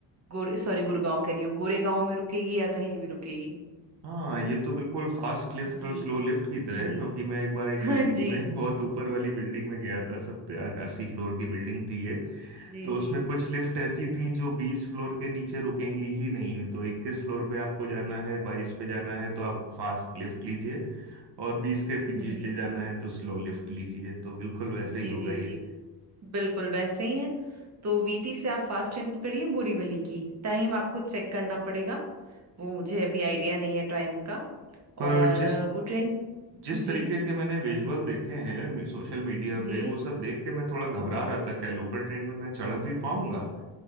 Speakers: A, on the right; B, on the right.
A: गोरे सॉरी गुड़गांव कह रही हूँ गोरेगांव में रुकेगी या कहीं भी रुकेगी
B: हाँ ये तो बिल्कुल
A: तो
B: फास्ट लिफ्ट
A: जी
B: और स्लो लिफ्ट की तरह
A: जी
B: है क्योंकि मैं एक बार एक
A: <laughs>
B: बिल्डिंग
A: जी
B: में <laughs> बहुत ऊपर वाली बिल्डिंग में गया था सत्तर अस्सी फ्लोर की बिल्डिंग थी एक
A: जी
B: तो उसमें
A: जी
B: कुछ लिफ्ट ऐसी थी जो बीस फ्लोर के नीचे रुकेंगी ही नहीं तो इक्कीस फ्लोर पे आपको जाना है बाईस पे जाना है तो आप फास्ट लिफ्ट लीजिए और बीस के नीचे
A: जी जी
B: जाना है तो स्लो लिफ्ट लीजिए तो बिल्कुल वैसे
A: जी
B: ही होगा
A: जी
B: ये
A: जी बिल्कुल वैसे ही है तो वीटी से आप फास्ट ट्रेन पकड़िए बोरीवली की टाइम आपको चेक करना पड़ेगा वो मुझे अभी आइडिया नहीं है टाइम का
B: पर
A: और
B: जिस
A: अ, वो ट्रेन
B: जिस
A: जी
B: तरीके के मैंने विजुअल देखे हैं सोशल मीडिया
A: जी
B: पे वो सब देख के मैं थोड़ा घबरा
A: जी जी
B: रहा था क्या लोकल ट्रेन में मैं चढ़ भी पाऊंगा